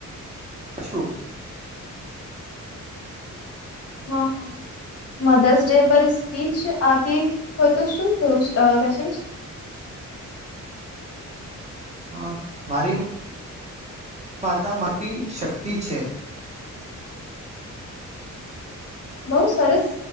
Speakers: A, on the right (about 20°); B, on the left (about 50°).
A: શું?
B: હા. મધર્સ ડે પર સ્પીચ આપી હોય, તો શું કું કશીશ
A: હ મારી માતા માટેટી શક્તિ છે.
B: બઉુ સરસ